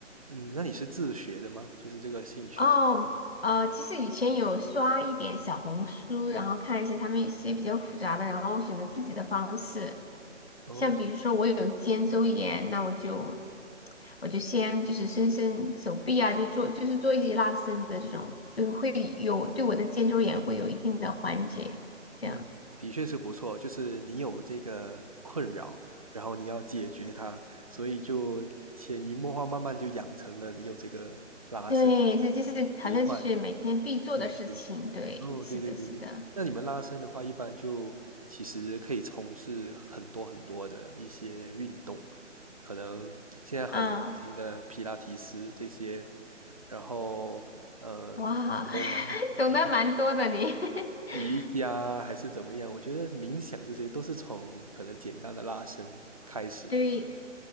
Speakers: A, on the right; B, on the left.
A: 嗯，那你是自学的吗？就是这个兴趣。
B: 哦，呃，其实以前有刷一点小红书，然后看一些他们一些比较复杂的，然后选择自己的方式。
A: 哦，
B: 像比如说我有肩周炎，那我就我就先就是伸伸手臂啊，就做就是做一些拉伸的这种，对，会有对我的肩周炎会有一定的缓解。这样，
A: 嗯，的确是不错。就是你有这个困扰，然后你要解决它，所以就潜移默化，慢慢就养成了你有这个拉伸的
B: 对，所以就是好像就是每天必做的事情。
A: 习惯。自己去。
B: 对，
A: 哦，
B: 是的，
A: 对对对对，
B: 是的，
A: 那你们拉伸的话，一般就其实可以从事很多很多的一些运动，可能现在很流行的皮拉提斯这些，
B: 啊，
A: 然后呃，
B: 哇，
A: 比如说瑜瑜
B: <laughs> 懂得蛮多的你。<laughs>
A: 瑜伽还是怎么样，我觉得冥想这些都是从可能简单的拉伸开始的。
B: 对，